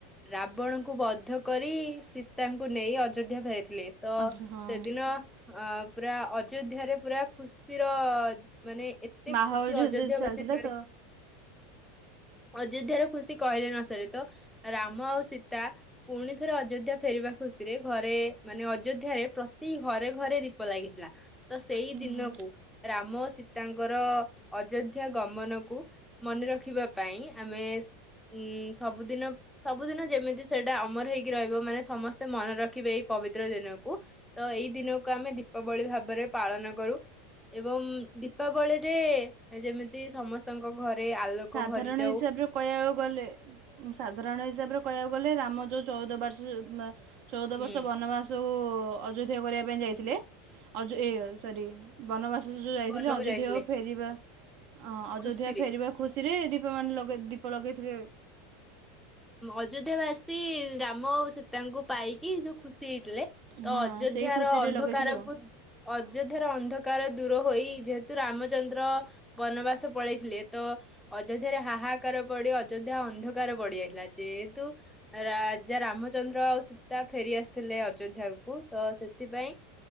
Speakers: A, in the centre; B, on the right.
A: ରାବଣଙ୍କୁ ବଦ୍ଧ କରି ସୀତାଙ୍କୁ ନେଇ ଅଯୋଧ୍ୟା ଫେର ଥିଲେ ତ
B: ଆଚ୍ଛା ହଁ
A: ସେଦିନ ଅ ପୁରା ଅଯୋଧ୍ୟାରେ ପୁରା ଖୁସି ର ମାନେ ଏତେ
B: ମାହୋଲ
A: ଖୁସି
B: ଯେହେତୁ
A: ଅଯୋଧ୍ୟା
B: ଚାଲିଥିଲା
A: ବାସିଥିଲେ
B: ତ
A: ଅଯୋଧ୍ୟ ର ଖୁସି କହିଲେ ନ ସରେ ତ ରାମ ଆଉ ସୀତା ପୁଣି ଥରେ ଅଯୋଧ୍ୟା ଫେରିବା ଖୁସିରେ ଘରେ ମାନେ ଅଯୋଧ୍ୟାରେ ପ୍ରତି ଘରେ ଘରେ ଦୀପ ଲାଗିଥିଲା ତ ସେଇ
B: ହୁଁ।
A: ଦିନକୁ ରାମ ଓ ସୀତାଙ୍କର ଅଯୋଧ୍ୟା ଗମନକୁ ମନେ ରଖିବା ପାଇଁ ଆମେ ଉଁ ସବୁଦିନ ସବୁଦିନ ଯେମିତି ସେଇଟା ଅମର ହେଇକି ରହିବ ମାନେ ସମସ୍ତେ ମନେ ରଖିବେ ଏଇ ପବିତ୍ର ଦିନକୁ ତ ଏଇ ଦିନକୁ ଆମେ ଦୀପାବଳି ଭାବରେ ପାଳନ କରୁ ଏବଂ ଦୀପାବଳିରେ ଯେମିତି ସମସ୍ତଙ୍କ ଘରେ ଆଲୋକ
B: ସାଧାରଣ
A: ଭରିଯାଉ
B: ହିସାବରେ କହିବାକୁ ଗଲେ ସାଧାରଣ ହିସାବରେ କହିବାକୁ ଗଲେ ରାମ ଯୋଉ ଚଉଦ ବାର୍ଷ ଉ ମ ଚଉଦ
A: ହୁଁ
B: ବର୍ଷ ବନବାସ ଉ ଓ ଅଯୋଧ୍ୟା କରିବା ପାଇଁ ଯାଇଥିଲେ ଅଯୋ ଏ ସରି ବନବା ଯୋ ଯୋ ଯାଇଥିଲି
A: ବନକୁ
B: ଅଯୋଧ୍ୟା
A: ଯାଇଥିଲେ
B: ଆଉ ଫେରିବା ଅ ଅଯୋଧ୍ୟା
A: ଖୁସିରେ।
B: ଫେରିବାକୁ ଖୁସିରେ ଦୀପ ମାନେ ଦୀପ ଲଗେଇଥିଲେ।
A: ଅଯୋଧ୍ୟା ବାସୀ ରାମ ଆଉ ସୀତାଙ୍କୁ ପାଇକି ଯୋଉ ଖୁସି ହେଇଥିଲେ ତ
B: ହଁ
A: ଅଯୋଧ୍ୟାର
B: ସେଇ ଖୁସିରେ
A: ଅନ୍ଧକାରକୁ
B: ଲଗାଇଥିଲେ ଆଉ
A: ଅଯୋଧ୍ୟାର ଅନ୍ଧ କାର ଦୂର ହୋଇ ଯେହେତୁ ରାମଚନ୍ଦ୍ର ବନବାସ ପଳେଇଥିଲେ ତ ଅଯୋଧ୍ୟାରେ ହାହାକାର ପଡି ଅଯୋଧ୍ୟା ଅନ୍ଧକାର ପଡିଯାଇ ଥିଲା ଯେହେତୁ ରାଜା ରାମଚନ୍ଦ୍ର ଆଉ ସୀତା ଫେରି ଆସିଥିଲେ ଅଯୋଧ୍ୟାକୁୁ ତ ସେଥିପାଇଁ